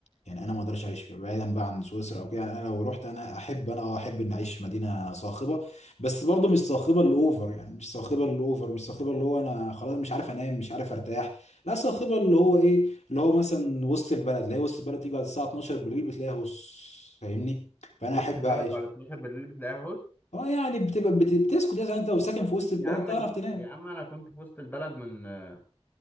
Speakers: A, on the left; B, on the left.
A: يعني انا ما اقدرش اعيش فيها بعيدا بقى عن سويسرا او كده يعني انا لو رحت انا احب انا اه احب ان اعيش في مدينه صاخبه بس برضه مش صاخبه الاوفر يعني مش صاخبه الاوفر مش صاخبه اللي هو انا خلاص مش عارف انام مش عارف ارتاح لا صاخبه اللي هو ايه اللي هو مثلا وسط البلد اللي هي وسط البلد تيجي بعد الساعه 12 بالليل بتلاقيها بص فاهمني فانا
B: وسط
A: احب
B: البلد
A: اعيش
B: بعد 12 بالليل بتلاقيها هوس
A: اه يعني بتبقى بت- بتسكت يعني انت لو ساكن في وسط البلد
B: يا عم
A: تعرف تنام
B: يا عم انا كنت في وسط البلد من آه،